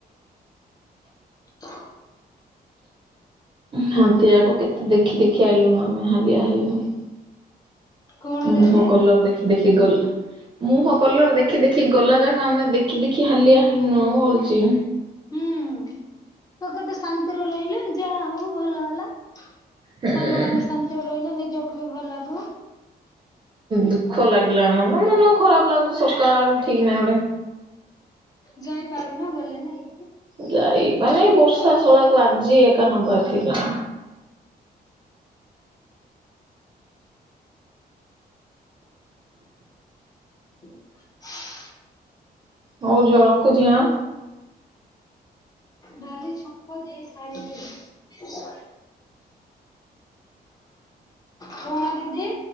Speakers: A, on the left; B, on the right.
A: ହ
B: ହାନ୍ତି ଯାକ କେତେ ଦେଖି ଦେଖି ଆଇଲୁନୁ ଆମେ ହାଲିଆ ହେଇ ହେଇ।
A: କଣ ଦିଦି
B: ମୁହଁ କଲର ଦେଖି ଦେଖି ଗଲା। ମୁହଁ କଲର ଦେଖି ଦେଖି ଗଲା ଯାକ ଆମେ ଦେଖି ଦେଖି ହାଲିଆ ହେଲୁଣୁ ବୋଲଚି।
A: ହୁଁ, ତୁ କେତେ ଶାନ୍ତିରେ ରହିଲୁ ଯାହା ହଉ ଭଲ ହେଲା।
B: ହୁଁ।
A: ସାଙ୍ଗ ମାନେ ଶାନ୍ତିରେ ରହିଲେ ନିଜକୁ ବି ଭଲ ଲାଗୁ।
B: ଦୁଃଖ ଲାଗିଲାନ, ମୋ ମନ ଖରାପ ଲାଗୁଚି ସକାଳୁ ଉଠିକିନା ଗୋଟେ।
A: ଯାଇପାରୁନା ଗଲେ ନାଇ।
B: ଯାଇ ମାନେ ବର୍ଷା ଶଳାକୁ ଆଜି ଏକା ହବାର ଥିଲା।
A: ହ
B: ହଉ ଝିଅ ରଖୁଚି ଆଁ?
A: ଡାଲି ଛୁଙ୍କ ଦେଇ ସାରିଲେ। କଣ ଦିଦି?